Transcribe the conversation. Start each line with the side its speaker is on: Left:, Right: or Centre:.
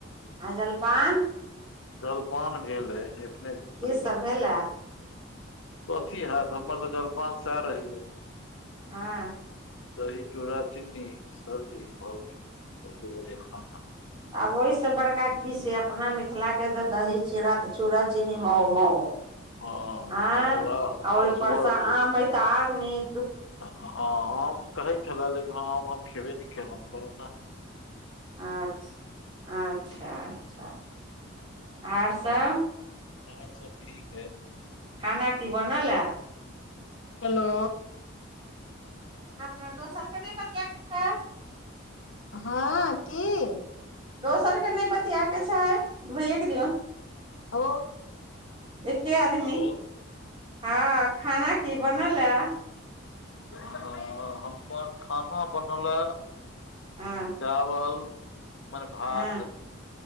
Right: आ जलपान
Left: जलपान भेल आय एखने थोड़े
Right: की सब
Left: काल
Right: भेलए
Left: पहिले कथी हैत हमर तऽ जलपान सएह रहीय
Right: हँ
Left: दही चूड़ा चिन्नी सब्जी भऽ गेल <unintelligible> खाना
Right: आब ओहिसँ बड़का की छै अपना मिथिलाके तऽ दही चू चूड़ा चीनी मउ म
Left: हँ
Right: आँ
Left: हम उएह हमर
Right: ओहिपरसँ
Left: सुबहके
Right: आम हइ तऽ आर नीक।
Left: हँ, आम कहैत छलए लेकिन आम हम खेबे नहि केलहुँ कहलहुँ ने।
Right: अच्छा, अच्छा, अच्छा आओर सभ
Left: आओर सभ ठीक आई।
Right: खाना की बनल हैं।
Left: हेलो।
Right: अपना दोसरके नहि। बतिया के छै
Left: हँ, कि?
Right: दोसरके नहि बतआके छै, धोइएके दियौ।
Left: ओ
Right: एके आदमी,
Left: हेलो
Right: हँ। खाना की बनल या
Left: ह हमर खाना बनल।
Right: हँ
Left: चावल मने भात।
Right: हँ